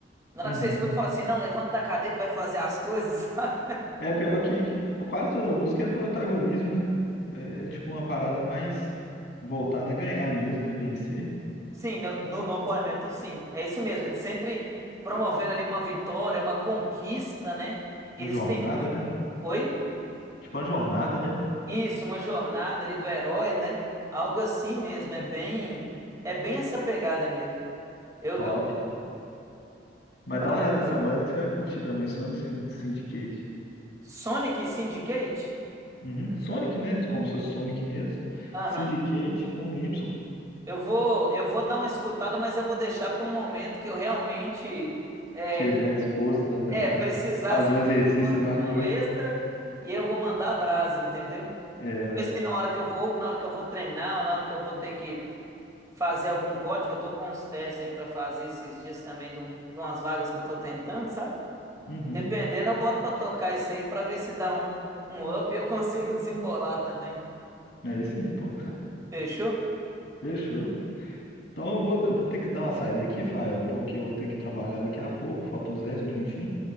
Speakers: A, on the right; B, on the left.
A: Na hora
B: Uhum.
A: que você escuta, fala assim, não, levanta da cadeira e vai fazer as coisas, <laughs> sabe?
B: É pior que, que quase toda música é protagonismo, né? É é, tipo uma parada mais voltada a ganhar mesmo, né? Vencer.
A: Sim, no, no No Power sim. É isso mesmo. É sempre promovendo ali uma vitória, uma conquista, né? Eles
B: Uma jornada,
A: têm muito.
B: né?
A: Oi?
B: Tipo uma jornada, né?
A: Isso, uma jornada ali do herói, né? Algo assim mesmo. É bem, é bem essa pegada mesmo. Eu,
B: Top.
A: eu...
B: Mas
A: ba-
B: dá uma olhada nessa banda que você vai curtir também, Sonic Syn- Syndicate.
A: Sonic Syndicate?
B: Uhum. Sonic, né? Como se fosse Sonic mesmo.
A: Aham.
B: Syndicate com Y.
A: Eu vou, eu vou dar uma escutada, mas eu vou deixar para um momento que eu realmente é,
B: Tiver disposto
A: é
B: a
A: precisar
B: a <laughs> fazer
A: assim,
B: um
A: de
B: exercício,
A: uma disposição
B: alguma coisa.
A: extra e eu vou mandar a brasa, entendeu?
B: É,
A: Porque
B: ué.
A: se na hora que eu vou, ou na hora que eu vou treinar, ou na hora que eu vou ter que fazer algum código, eu tô com uns testes aí pra fazer esses dias também de, um- de umas vagas que eu tô tentando, sabe?
B: Uhum.
A: Dependendo, eu boto pra tocar isso aí pra ver se dá um, um up e eu <laughs> consigo desembolar também.
B: Aí sim, pô.
A: Fechou?
B: Fechou. Então eu vou, eu vou ter que dar uma saída aqui, Fael, porque eu vou ter que trabalhar daqui a pouco, faltam uns 10 minutinhos.